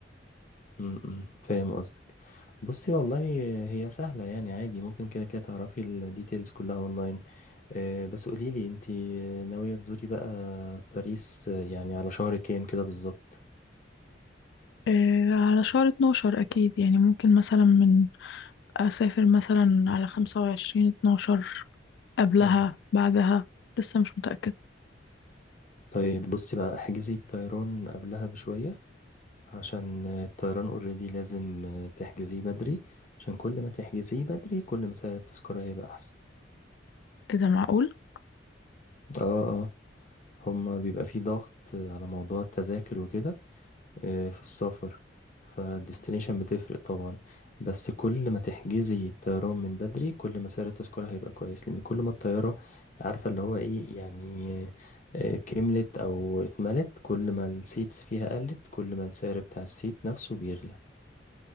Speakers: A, on the left; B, on the left.
A: امم فاهم قصدك بصي والله هي سهلة يعني عادي ممكن كده كده تعرفي الديتيلز كلها اونلاين آه، بس قوليلي انتي ناوية تزوري بقى باريس آه، يعني على شهر كام كده بالظبط
B: آه على شهر 12 اكيد يعني ممكن مثلا من اسافر مثلا على 25 12 قبلها
A: مم.
B: بعدها لسه مش متأكد
A: طيب بصي بقى احجزي الطيران قبلها بشوية عشان الطيران اوريدي لازم آه، تحجزيه بدري عشان كل ما تحجزيه بدري كل ما سعر التذكرة هيبقى أحسن
B: اذا معقول
A: اه اه هما بيبقى في ضغط على موضوع التذاكر وكده آه، في السفر فالديستنيشن بتفرق طبعا بس كل ما تحجزي الطيران من بدري كل ما سعر التذكرة هيبقى كويس لأن كل ما الطيارة عارفة اللي هو ايه يعني آه، كملت أو اتملت كل ما السيتس فيها قلت كل ما السعر بتاع السيت نفسه بيغلى